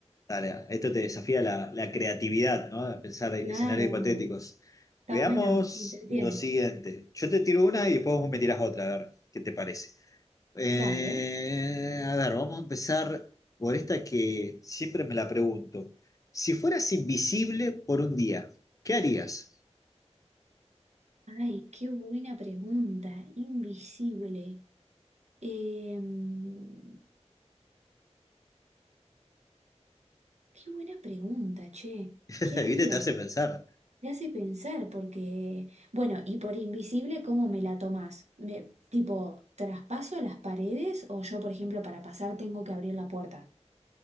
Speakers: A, on the left (about 30°); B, on the right (about 70°).
A: Dale, esto te desafía la, la creatividad, ¿no? A pensar escenarios
B: Claro,
A: hipotéticos.
B: está
A: Veamos
B: bueno, me entretiene.
A: lo siguiente. Yo te tiro una y después vos me tirás otra, a ver qué te parece. Eh,
B: Dale.
A: a ver, vamos a empezar por esta que siempre me la pregunto. Si fueras invisible por un día, ¿qué harías?
B: Ay, qué buena pregunta, invisible. Em, qué buena pregunta, che.
A: <laughs>
B: ¿Qué
A: ¿Viste?
B: haría?
A: Te hace pensar.
B: Me hace pensar, porque, bueno, y por invisible, ¿cómo me la tomás? Me, tipo, ¿traspaso las paredes o yo, por ejemplo, para pasar tengo que abrir la puerta?